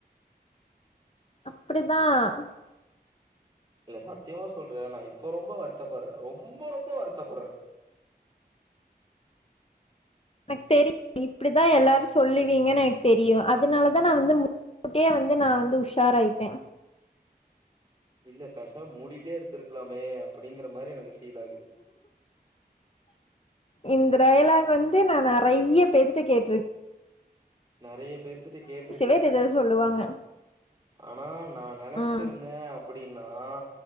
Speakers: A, on the left (about 35°); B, on the right (about 25°).
A: அப்புடிதான்
B: இல்ல சத்தியமா சொல்ற நான் இப்ப ரொம்ப வருத்தப்படுற ரொம்ப ரொம்ப வருத்தப்படுறன்
A: எனக்கு தெரியும் இப்புடிதான் எல்லாரும் சொல்லுவீங்கன்னு எனக்கு தெரியும் அது அதுனாலதான் நான் வந்து முன்கூட்டியே வந்து நான் வந்து உஷாராயிட்டேன்
B: இல்ல பெசாம மூடிட்டே இருந்திருக்கலாமே அப்புடிங்கிற மாறி எனக்கு ஃபீல் ஆகுது
A: இந் த டயலாக் வந்து நான் நிறைய பேத்துட்ட கேட்டுருக்
B: நெறைய பேர்த்திட்ட கேட்டிருக்க
A: பேர் இத சொல்லுவாங்க
B: ஆனா நான் நெனைச்சிருந்தன்
A: ம்
B: அப்புடின்னா ஆ